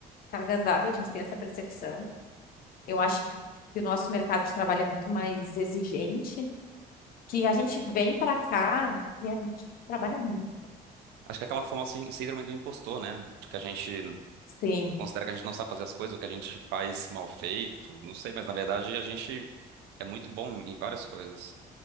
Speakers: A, on the left (about 60°); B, on the right (about 80°).
A: cargas d'água, a gente tem essa percepção. Eu acho que o nosso mercado de trabalho é muito mais exigente, que a gente vem para cá e a gente trabalha muito.
B: acho que é aquela famosa sí- síndrome do impostor, né? De que a gente
A: Sim.
B: considera que a gente não sabe fazer as coisas, ou que a gente faz mal feito, não sei, mas na verdade a gente é muito bom em várias coisas.